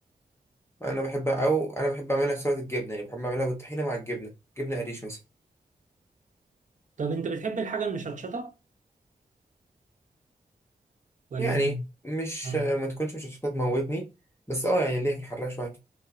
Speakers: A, on the left (about 15°); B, on the right (about 55°).
A: أنا بحب أو أنا بحب أعملها سلطة الجبنة يعني بحب أعملها بالطحينة مع الجبنة جبنة قريش مثلا
B: طب انت بتحب الحاجة المشطشطة ولا
A: يعني مش
B: اه
A: ما تكونش مش هتموتني بس اه يعني ليه في الحراق شوية